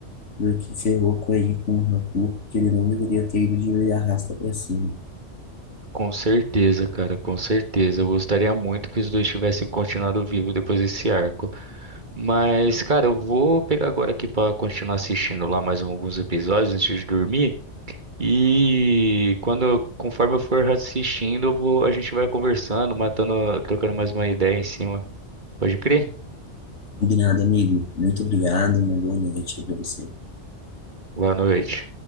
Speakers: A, on the left; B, on the right.
A: do que ferrou com aí com o Haku, porque ele não deveria ter ido de arrasta pra cima.
B: Com certeza, cara, com certeza. Eu gostaria muito que os dois tivessem continuado vivo depois desse arco. Mas, cara, eu vou pegar agora aqui pra continuar assistindo lá mais alguns episódios antes de dormir. E quando, eu- conforme eu for assistindo, eu vou- a gente vai conversando, matando, trocando mais uma ideia em cima. Pode crer?
A: Combinado, amigo. Muito obrigado, uma boa noite pra você.
B: Boa noite.